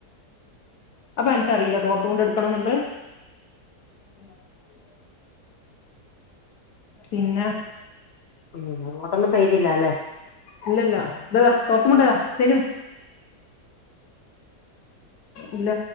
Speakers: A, on the left; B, on the left.
A: അപ്പ അനക്കറിയില്ലേ തോർത്ത്മുണ്ട് എട്ക്കണംഎന്ന്ള്ള്. <inaudible> പിന്നെ!
B: ഉം അങ്ങോട്ടൊന്നും പെയ്തില്ലലേ?
A: ഇല്ലല്ല ഇതതാ തോർത്തുമുണ്ടതാ സനു. ഇല്ല